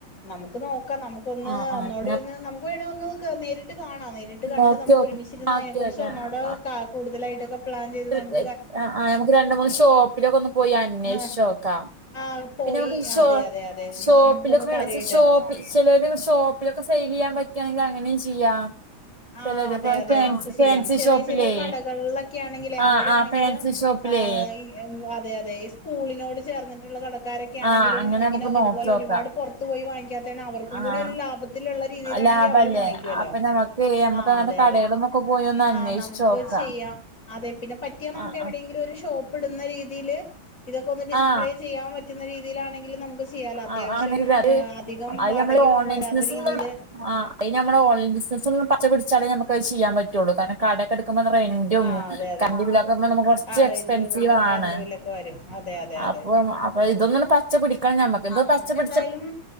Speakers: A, on the left (about 40°); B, on the right (about 20°).
A: നമുക്ക് നോക്കാ നമുക്ക് ഒന്ന്
B: ആ
A: ഒന്നൂടി
B: ആ
A: നമുക്ക് വേണെ ഒന്ന് കെ നേരിട്ട് ട്ട് കാണാ നേരിട്ട് കണ്ട്
B: നോക്കിയോക്ക്
A: നമുക്ക് ഒരുമിച്ചിരുന്നു
B: ആക്കി
A: അതിനെ കുുറിച്ച്
B: വെക്കണം
A: ഒന്നൂടെ കാ കൂടുതലായിട്ടൊക്കെ പ്ലാൻ ചെയ്ത് നമുക്
B: എഹ് അഹ് ആഹ് ഞമുക്ക് രണ്ട് മൂന്ന് ഷോപ്പിലൊക്കെ ഒന്ന് പോയി അന്വേഷിച്ചോക്കാ
A: ആ ആ, പോയി
B: പിന്നെ മക് ഷോ
A: അതെ അതെ അതെ എന്നാ
B: ഷോപ്പിലൊക്കെ
A: നമുക്കൊന്ന് കാര്യമായിട്ട്
B: ഷോപ്പിൽ ചിലര് ഷോപ്പിലൊക്കെ സെയിൽ യ്യാൻ പറ്റാണെങ്കിൽ അങ്ങനെയും ചെയ്യാം
A: ആഹ്
B: ചിലര്
A: അതെ
B: ഇപ്പ
A: അതെ
B: ഫാൻസി
A: നമുക്ക് ചെയ്യാം
B: ഫാൻസി
A: ചെറിയ
B: ഷോപ്പിലേ
A: ചെറിയ കടകളിലൊക്കെ ആണെങ്കില്
B: ആഹ്
A: അവരാണെങ്കില്
B: ആഹ് ഫാൻസി ഷോപ്പിലേ
A: ആഹ് ഇ അതെ അതെ ഈ സ്കൂളിനോട് ചേർന്നിട്ടുള്ള കടക്കാരൊക്കെ. ഒക്ക ആണെങ്കിലും
B: ആഹ് അങ്ങനെ
A: ഇങ്ങനെ
B: നമുക്ക് നോക്കി
A: ഇതുപോലെ
B: നോക്കാം
A: ഒരുപാട് പുറത്ത് പോയി വാങ്ങിക്കാത്തതാണ്. അവർക്കും
B: ആഹ്
A: കൂടി ഒരു ലാഭത്തി ത്തിലുള്ള രീതിയിലാണെങ്കിൽ
B: ലാഭല്ലേ
A: അവരും വാങ്ങിക്കുവല്ലോ.
B: അപ്പൊ നമുക്ക് നമുക്ക്
A: ആ
B: അങ്ങനത്തെ
A: അതെ
B: കടകളുമൊക്കെ
A: അതെ
B: പോയി ഒന്ന് അന്വേഷിച്ച്
A: ആഹ നമുക്ക്
B: നോക്കാം
A: ചെയ്യാം അതെ പിന്നെ പറ്റ ക നുക്ക്
B: ആഹ്
A: എവിയെങ്കിലും
B: ആഹ്
A: ഒരു ഷോ പൊടുനരിതില് ടിസ്പ്ലേ
B: ആഹ്
A: ചെയ്യാൻ പറ്റുന്ന രിതിലണകിൽ നമുക്ക് ചെയ്യാല അത്യാവശ്യം
B: ആഹ് ആണെങ്കിൽ അത്
A: അധികം വാടകയൊന്നും
B: നമ്മള് ഓൺലൈൻ
A: വരാത്ത
B: ബിസിനസ്
A: രീതിയിയില്.
B: ആ അത് നമ്മള് ഓൺലൈ ബിസിനസ്സ ഒും പച്ച പിടിച്ചാലേ നമുക്കത് ചെയ്യാൻ പറ്റയുള്ളൂ കാട കടൊക്കെ എടുക്ക് പോ. ത്രേ
A: ആഹ് അതെ അതെ
B: കണ്ടിലക്ക്പ ന കൊറച്ച്
A: ആ
B: എക്സ്പെൻസീവാണ്
A: റെന്റും ഇതും കറണ്ട് ബില്ലൊക്കെ വരും അതെ അതെ അതെ
B: അപ്പ ഇതൊന്ന് പച്ച കുടിക്കാണും ഞമ്മക്ക്
A: ആ
B: ഇത്
A: നമുക്ക്
B: പച്ച പിടിച്ച
A: എന്തായാലും.